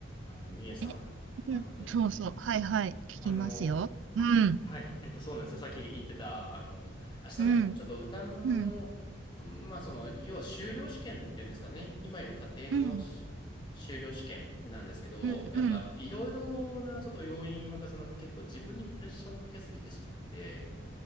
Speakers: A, on the left; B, on the right.
A: あの、みえさん、
B: え、
A: あのね、
B: うん、そうそう。はいはい。聞きますよ。
A: あの、あ、
B: うん。
A: はい、えっと、そうなんですよ。さっき言ってた、あの、明日ね、
B: うん。
A: ちょっと歌の、
B: うん。
A: うんまあ、その、要は修了試験っていうんですかね、今いる家庭のし修了試験なんですけど、
B: うん。うん。
A: なんか、
B: うん。
A: いろいろなちょっと要因が重なって、結構自分にプレッシャーをかけすぎてしまって、